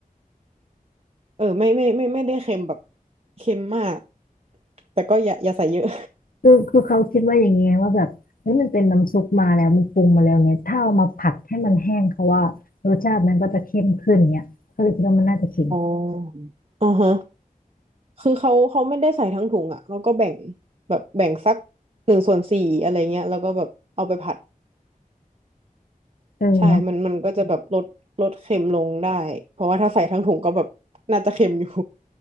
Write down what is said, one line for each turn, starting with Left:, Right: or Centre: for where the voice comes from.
Right: เออไม่ไม่ไม่ไม่ได้เค็มแบบเค็มมากแต่ก็อย่าอย่าใส่เยอะ
Left: คือคือเขาคิดว่าอย่างเงี้ยว่าแบบเฮ้ยมันเป็นน้ำซุปมาแล้วมันปรุงมาแล้วเนี่ยถ้าเอามาผัดให้มันแห้งเขาว่ารสชาติมันก็จะเข้มขึ้นเนี่ยก็เลยคิดว่ามันน่าจะเค็ม
Right: <laughs> อ๋ออ่าฮะคือเขาเขาไม่ได้ใส่ทั้งถุงอ่ะเขาก็แบ่งแบบแบ่งสักหนึ่งส่วนสี่อะไรเงี้ยแล้วก็แบบเอาไปผัด
Left: เออเนาะ
Right: ใช่มันมันก็จะแบบลดลดเค็มลงได้เพราะว่าถ้าใส่ทั้งถุงก็แบบน่าจะเค็มอยู่ <laughs>